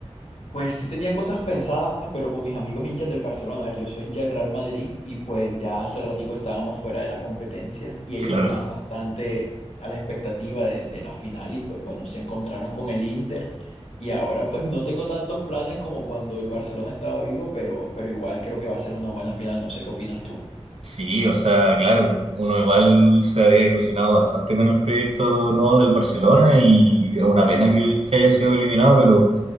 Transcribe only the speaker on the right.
<laughs>
Claro,
sí, o sea, claro, uno igual se había ilusionado bastante con el proyecto nuevo del Barcelona y es una pena que, que haya sido eliminado, pero